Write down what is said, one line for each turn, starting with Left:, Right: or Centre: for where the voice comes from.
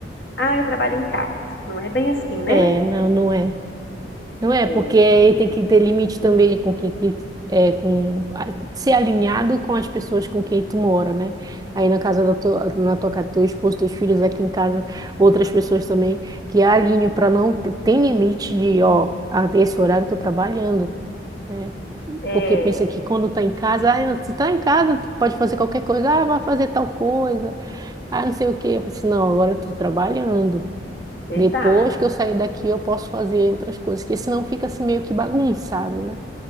Left: ah, eu trabalho em casa. Não é bem assim, né?
Right: É, não, não é. Não é,
Left: É,
Right: porque aí tem que ter limite também com quem que é com a- ser alinhado com as pessoas com quem tu mora, né? Aí na casa da tua, na tua casa, teu esposo, teus filhos aqui em casa, outras pessoas também que alinham para não ter- tem limite de, ó, até esse horário eu tô trabalhando, né?
Left: é
Right: Porque pensa que quando tá em casa, ah, se tá em casa, tu pode fazer qualquer coisa, ah, vai fazer tal coisa, ah, não sei o quê. Eu falo assim, não, agora eu tô trabalhando.
Left: verdade.
Right: Depois que eu sair daqui, eu posso fazer outras coisas, porque senão fica assim meio que bagunçado, né?